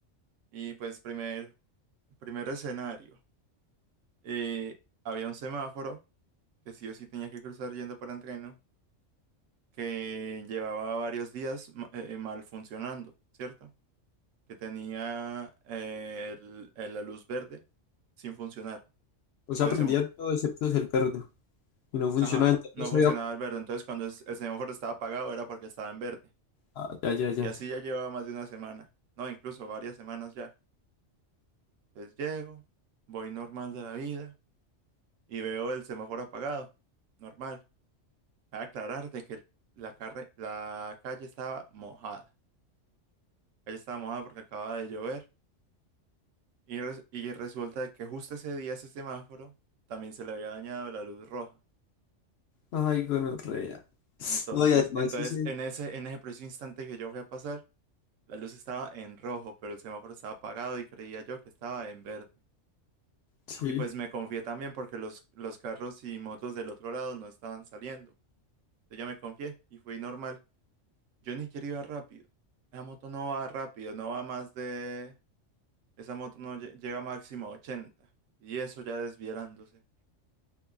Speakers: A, on the right (about 80°); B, on the left (about 65°).
A: Y pues primer, primer escenario. eh, había un semáforo que sí o sí tenía que cruzar yendo para entreno. que llevaba varios días ma- eh, eh, mal funcionando, ¿cierto? Que tenía eh, el- el- la luz verde sin funcionar.
B: O
A: Entonces,
B: sea, aprendían
A: em-
B: todo excepto el perro. Y no funcionaba,
A: ajá,
B: entonces
A: no funcionaba
B: había...
A: el verde. Entonces, cuando es- el semáforo estaba apagado era porque estaba en verde.
B: Ah, ya, ya, ya.
A: Y así ya llevaba más de una semana, no, incluso varias semanas ya. Entonces llego, voy normal de la vida y veo el semáforo apagado, normal. A aclarar de que el- la, carre- la calle estaba mojada. La calle estaba mojada porque acababa de llover Y, res- y resulta que justo ese día ese semáforo también se le había dañado la luz roja.
B: Ay, gonorrea.
A: Entonces,
B: No, y además
A: entonces
B: ese...
A: en ese, en ese preciso instante que yo fui a pasar, la luz estaba en rojo, pero el semáforo estaba apagado y creía yo que estaba en verde.
B: Sí.
A: Y pues me confié también porque los, los carros y motos del otro lado no estaban saliendo. Entonces yo me confié y fui normal. Yo ni quiero ir rápido. Esa moto no va rápido, no va más de... Esa moto no lle- llega máximo a ochenta Y eso ya desviándose.